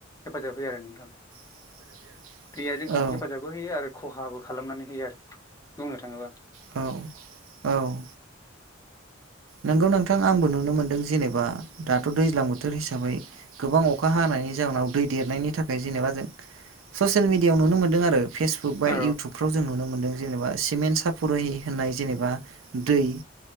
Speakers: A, on the left (about 15°); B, on the right (about 80°).
A: हेफाजाब होयो आरो <inaudible>
B: <inaudible>
A: दैया जोंखौनो
B: औ
A: हेफाजाबबो होयो आरो खहाबो खालामनानै होयो आरो बुंनो थाङोब्ला
B: औ औ नोंगौ नोंथां आंबो नुनो मोन्दों जेनेबा दाथ' दैज्लां बोथोर हिसाबै गोबां अखा हानाय नि जाहोनाव दै देरनायनि थाखाय जेनेबा जों ससियेल मिडियाव नुनो मोनदों आरो फेसबुक बा
A: औ
B: इउटुबफ्राव जों नुनो मोनदों। जेनेबा सिमेन्ट सापुरै होननाय जेनेबा दै